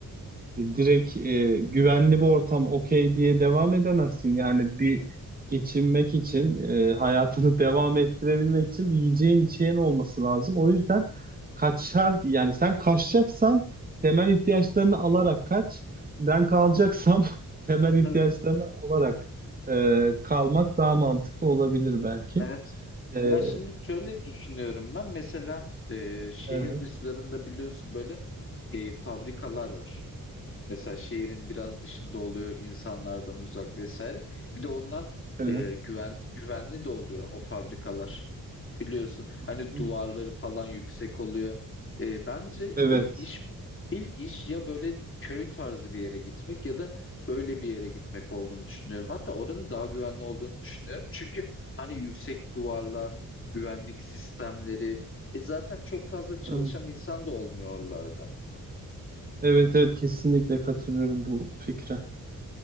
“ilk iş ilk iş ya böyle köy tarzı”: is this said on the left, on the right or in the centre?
Left